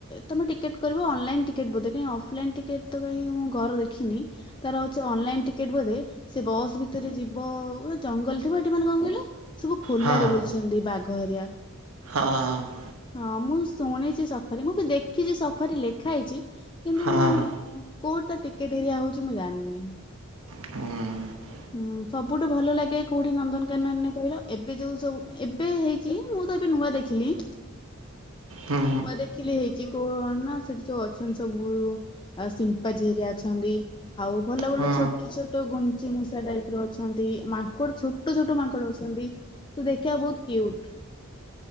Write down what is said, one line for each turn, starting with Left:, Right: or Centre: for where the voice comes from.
Left: ତମେ ଟିକେଟ କରିବ ଅନଲାଇନ ଟିକେଟ ବୋଧେ କାହିଁ ଅଫଲାଇନ୍ ଟିକେଟ ତ କାହି ମୁଁ ଘର ଦେଖିନି ତାର ହଉଚି ଅନଲାଇନ ଟିକେଟ ବୋଧେ ସେ ବସ୍ ଭିତରେ ଯିବ। ପୁରା ଜଙ୍ଗଲ ଥିବ ଏଠି ମାନେ କଣ କହିଲ ସବୁ ଖୋଲାରେ
Right: ହଁ
Left: ବୁଲୁଛନ୍ତି ବାଘ ଏରିଆ।
Right: ହଁ।
Left: ହଁ ମୁଁ ଶୁଣିଛି ସଫାରୀ। ମୁଁ ବି ଦେଖିଛି ସଫାରୀ ଲେଖା ହେଇଛି। କିନ୍ତୁ
Right: ହଁ
Left: ମୁଁ, କୋଉଠି ତା ଟିକେଟ ହେରିଆ ହଉଛି ମୁଁ ଜାଣିନି।
Right: ଉଁ।
Left: ହୁଁ, ସବୁଠୁ ଭଲ ଲାଗେ କୋଉଠି ନନ୍ଦନକାନନରେ କହିଲ? ଏବେ ଯୋଉ ସବୁ ଏବେ ହେଇ ଚି ମୁଁ ତ ଏବେ ନୂଆ ଦେଖିଲି।
Right: ହୁଁ
Left: ନୂଆ ଦେଖିଲି ହେଇଛି। କୋଣ ନା ସେଠି ଯୋଉ ଅଛନ୍ତି ସବୁ ଆଉ ସିମ୍ପାଜି ହେରିଆ ଅଛନ୍ତି। ଆଉ ଭଲ ଭଲ
Right: ହୁଁ
Left: ଛୋଟ ଛୋଟ ଛୋଟ ଗୁଣ୍ଡୁଚି ମୂଷା ଟାଇପ ର ଅଛନ୍ତି। ମାଙ୍କଡ ଛୋଟ ଛୋଟ ମାଙ୍କଡ ଅଛନ୍ତି। ତ ଦେଖିଆ କୁ ବହୁତ କ୍ଯୁଟ୍।